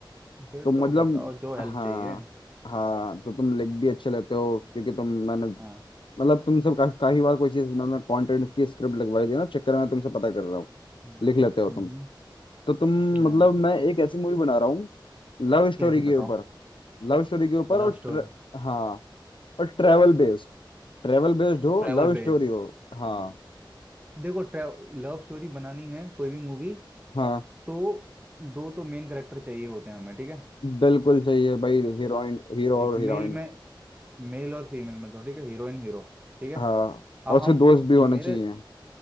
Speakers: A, on the right; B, on the left.
A: फिर
B: तो मतलब
A: तो बताओ जो हेल्प
B: हाँ
A: चाहिए
B: हाँ तो तुम लिख भी अच्छे लेते हो क्योंकि तुम मैंने
A: हाँ
B: मतलब तुमसे का, काफी बार कोई चीज मतलब कंटेंट की स्क्रिप्ट लगवाई थी ना चक्कर में तुमसे पता कर रहा हूँ
A: हम्म,
B: लिख लेते हो
A: हम्म,
B: तुम तो तुम
A: हाँ
B: मतलब मैं एक ऐसी मूवी बना रहा हूँ लव स्टोरी
A: कैसी
B: के
A: बताओ
B: ऊपर लव स्टोरी के ऊपर और
A: Love story
B: tr- हाँ और ट्रेवल बेस्ड ट्रेवल बेस्ड हो
A: Travel
B: लव स्टोरी
A: base
B: हो हाँ
A: देखो लव स्टोरी बनानी है कोई भी मूवी
B: हाँ
A: तो दो तो मेन कैरेक्टर चाहिए होते हैं हमें ठीक है
B: बिल्कुल चाहिए भाई हीरोइन हीरो
A: एक
B: और
A: मेल
B: हीरोइन
A: में मेल और फीमेल में दो ठीक है हीरोइन हीरो ठीक है
B: हाँ
A: अब
B: और उसके
A: हम
B: दोस्त भी होने
A: मेरे
B: चाहिए